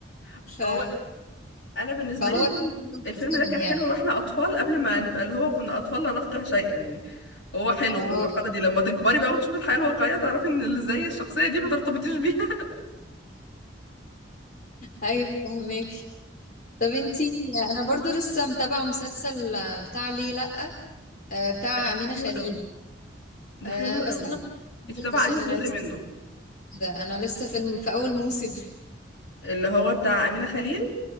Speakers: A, on the left; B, on the left.
A: <laughs>
B: ف...
A: هو انا بالنسبه
B: فهو
A: لي الفيلم
B: كان حلو في
A: الفيلم
B: الفيلم
A: ده كان
B: يعني
A: حلو واحنا اطفال قبل ما نبقى اللي هو كنا اطفال لا نفقه شيئا يعني هو حلو
B: اه
A: في المرحله دي لما تكبري بقى وتشوفي الحياه الواقعيه تعرفي ان اللي زي الشخصيه دي ما ترتبطيش بيها
B: ايوه فهماكي طب انتي انا برضو لسه متابعة مسلسل بتاع ليه لأ آه، بتاع
A: <laughs> ده
B: أمينة
A: حلو
B: خليل
A: قوي ده
B: آه،
A: حلو
B: بس
A: قوي
B: انا ما
A: انت
B: كملتش
A: متابعه انهي
B: يعني
A: جزء
B: انا لسه
A: منه
B: كده انا لسه في الم- في اول موسم
A: اللي هو بتاع امينه خليل